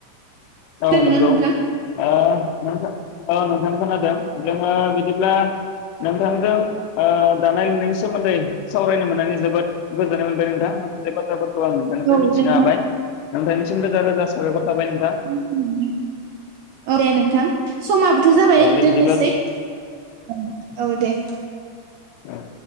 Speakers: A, on the left; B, on the right.
A: औ
B: खोनादोंना
A: नंगौ
B: नोंथां
A: आ नोंथां औ नोंथां खोनादों जोंङो बिदि ब्ला नोंथांजों ओ दानाय लुनायनि सोमोन्दै सावरायनो मोननानै जोबोद गोजोननाय मोनबाय नोंथां बे बाथ्राफोरखौ आं नोंथांनिफ्राय
B: औ
A: मिथिनो
B: नोंथां
A: हाबाय नोंथांनिसम रोजा रोजा साबायखर थाबाय नोंथां
B: <unintelligible> आरी नोंथां समाबोथ जाबाय
A: औ
B: ओ
A: दे
B: दोननोसै
A: बिदिब्ला औ
B: ओम औ दे
A: औ